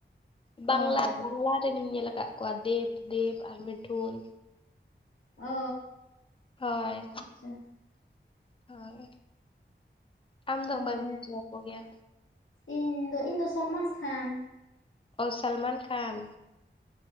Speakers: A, on the left; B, on the left.
A: ᱚ
B: ᱵᱟᱝᱞᱟ ᱵᱟᱝᱞᱟ ᱨᱮᱱᱤᱧ ᱧᱮᱞ ᱟᱠᱟᱫ ᱠᱚᱣᱟ ᱫᱮᱵᱽ ᱫᱮᱵᱽ ᱟᱨ ᱢᱤᱴᱷᱩᱱ
A: ᱚ
B: ᱦᱳᱭ
A: ᱟᱪᱪᱷᱟ
B: ᱦᱳᱭ ᱟᱢᱹ ᱫᱚ
A: ᱛᱟᱦᱚᱞᱮ
B: ᱚᱠᱚᱭ ᱮᱢ ᱠᱩᱥᱤᱭᱟ ᱠᱚ ᱜᱮᱭᱟ?
A: ᱤᱧ ᱫᱚ ᱤᱧ ᱫᱚ ᱥᱚᱞᱹᱢᱟᱱ ᱠᱷᱟᱱ
B: ᱚ ᱥᱟᱞᱹᱢᱟᱱ ᱠᱷᱟᱱ